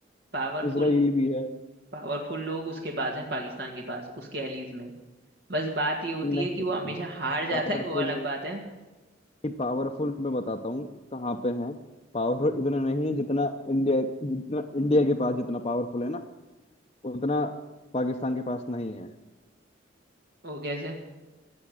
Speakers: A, on the right; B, on the left.
A: पावरफुल
B: इजराइल भी है
A: पावरफुल लोग उसके पास हैं पाकिस्तान के पास उसके एलीज में बस बात ये होती
B: नहीं
A: है कि वो हमेशा हार जाता
B: पावरफुल
A: है वो अलग बात है
B: पावरफुल मैं बताता हूँ कहाँ पे है पावरफुल इतना नहीं है जितना इंडिया जितना इंडिया के पास जितना पावरफुल है ना उतना पाकिस्तान के पास नहीं है
A: वो कैसे